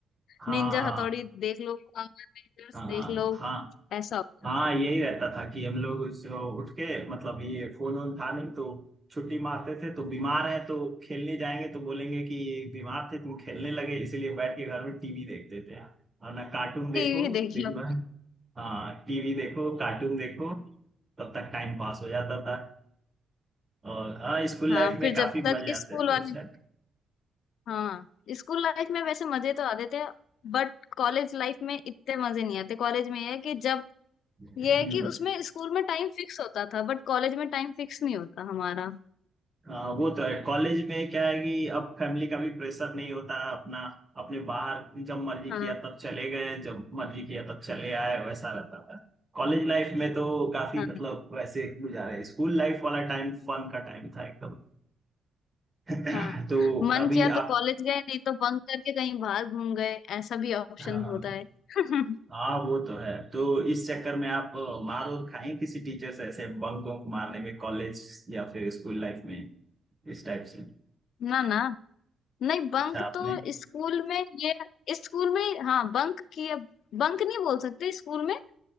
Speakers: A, on the right (about 25°); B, on the left (about 75°).
A: हाँ
B: निंजा
A: हाँ
B: हथौड़ी देख लो पावर रेंजर्स
A: हाँ
B: देख लो
A: हाँ
B: ऐसा होता
A: हाँ
B: था
A: यही रहता था कि हम लोग उस- उठ के मतलब ये फोन वोन था नहीं तो छुट्टी मारते थे तो बीमार है तो खेलने जाएंगे तो बोलेंगे कि बीमार थे तुम खेलने लगे इसलिए बैठ के घर में टीवी देखते थे और ना कार्टून देखो
B: टीवी देख
A: दिन
B: लो
A: भर हाँ टीवी देखो कार्टून देखो तब तक टाइम पास हो जाता था और हाँ स्कूल
B: हाँ
A: लाइफ में
B: फिर जब
A: काफी
B: तक
A: मजे आते
B: स्कूल
A: थे
B: वाले
A: उस टाइम
B: हाँ स्कूल लाइफ में वैसे मजे तो आते थे बट कॉलेज लाइफ में इतने मजे नहीं आते कॉलेज में ये है कि जब
A: हम्म
B: ये है कि उसमें स्कूल में टाइम फिक्स होता था बट कॉलेज में टाइम फिक्स नहीं होता हमारा
A: हाँ वो तो है कॉलेज में क्या है कि अब फैमिली का भी प्रेशर नहीं होता अपना अपने बाहर जब मर्जी
B: हाँ
A: किया तब चले गए जब मर्जी किया तब चले आए वैसा रहता था कॉलेज लाइफ में तो काफी
B: हाँ
A: मतलब वैसे गुजारे स्कूल लाइफ वाला टाइम फन का टाइम था एकदम <laughs>
B: हाँ
A: तो
B: मन
A: अभी
B: किया तो
A: आप
B: कॉलेज गए नहीं तो बंक करके कहीं बाहर घूम गए ऐसा भी ऑप्शन
A: हाँ
B: होता है <laughs>
A: हाँ वो तो है तो इस चक्कर में आप अ, मार और खाएं किसी टीचर से ऐसे बंक वंक मारने में कॉलेज या फिर स्कूल लाइफ में इस टाइप से
B: ना ना नहीं बंक
A: अच्छा आपने
B: तो स्कूल में ये स्कूल में हाँ बंक किया बंक नहीं बोल सकते स्कूल में